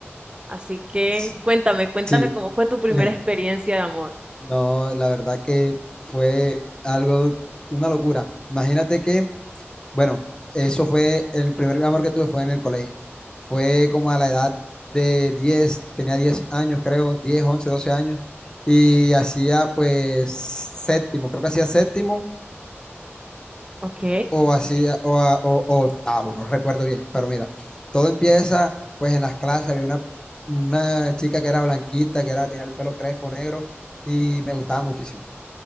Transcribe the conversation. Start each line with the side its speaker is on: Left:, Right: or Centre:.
Right: así que
Left: S-
Right: cuéntame, cuéntame
Left: Sí,
Right: cómo fue tu primera
Left: mira,
Right: experiencia de amor.
Left: no, la verdad que fue algo, una locura. Imagínate que, bueno, eso fue el primer amor que tuve fue en el colegio. Fue como a la edad de 10 tenía 10 años, creo, 10 11 12 años y hacía pues séptimo, creo que hacía séptimo
Right: Ok,
Left: o así, o, a- o- o octavo, no recuerdo bien, pero mira, todo empieza, pues en las clases había una, una chica que era blanquita, que era, tenía el pelo crespo negro y me gustaba muchísimo.